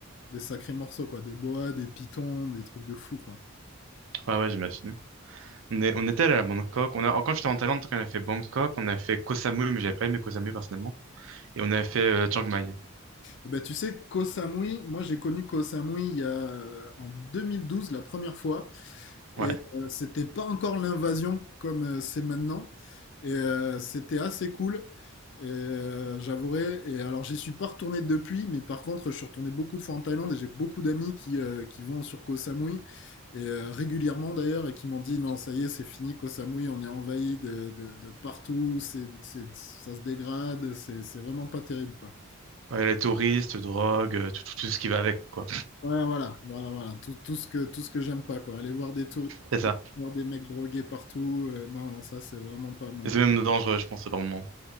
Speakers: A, on the left (about 55°); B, on the right (about 65°).
A: des sacrés morceaux, quoi. Des boas, des pitons, des trucs de fou, quoi.
B: Ouais, ouais, j'imagine. On est, on était allé à Bangkok. On a, quand j'étais en Thaïlande, on a fait Bangkok, on a fait Koh Samui, mais j'avais pas aimé Koh Samui personnellement. Et on a fait euh, Chiang Mai.
A: Eh ben, tu sais, Koh Samui, moi j'ai connu Koh Samui il y a, euh, en 2012 la première fois. Et
B: Ouais.
A: euh, c'était pas encore l'invasion comme euh, c'est maintenant. Et euh, c'était assez cool. Et euh, j'avouerai. Et alors j'y suis pas retourné depuis, mais par contre je suis retourné beaucoup de fois en Thaïlande et j'ai beaucoup d'amis qui, euh, qui vont sur Koh Samui. Et euh, régulièrement d'ailleurs, et qui m'ont dit non, ça y est, c'est fini, Koh Samui, on est envahi de, de, de partout, c'est, c'est- ça se dégrade, c'est c'est vraiment pas terrible quoi.
B: Ouais, les touristes, drogue, euh, tout, tout, tout ce qui va avec, quoi.
A: Ouais, voilà, voilà, voilà, tout, tout ce que, tout ce que j'aime pas, quoi. Aller voir des touristes,
B: C'est ça.
A: voir des mecs drogués partout, euh, non, non, ça, c'est vraiment pas mon...
B: Et c'est même dangereux, je pense, par moment.